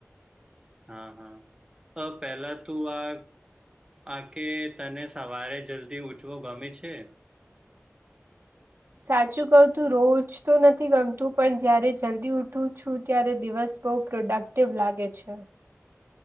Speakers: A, on the right; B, on the right.
A: હા હા અ પહેલા તું આ આ કે તને સવારે જલ્દી ઊઠવું ગમે છે
B: સાચું કઉ તું રોજ તો નથી ગમતું પણ જયારે જલ્દી ઉઠું છું ત્યારે દિવસ બહુ પ્રોડક્ટિવ લાગે છે.